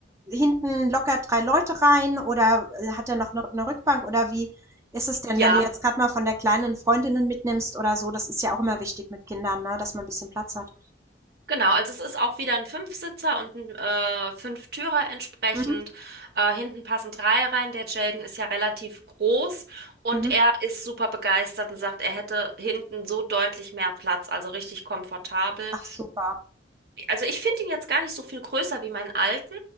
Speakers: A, on the right (about 15°); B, on the right (about 55°).
A: hinten locker drei Leute rein oder äh, hat er noch eine, eine Rückbank oder wie ist es denn,
B: Ja,
A: wenn du jetzt gerade mal von der kleinen Freundinnen mitnimmst oder so? Das ist ja auch immer wichtig mit Kindern, ne? dass man ein bisschen Platz hat.
B: Genau, also es ist auch wieder ein Fünfsitzer und ein äh, Fünftürer entsprechend.
A: Mhm.
B: Äh, hinten passen drei rein. Der Jaden ist ja relativ groß und
A: Mhm.
B: er ist super begeistert und sagt, er hätte hinten so deutlich mehr Platz, also richtig komfortabel.
A: Ach, super.
B: Also ich finde ihn jetzt gar nicht so viel größer wie meinen alten,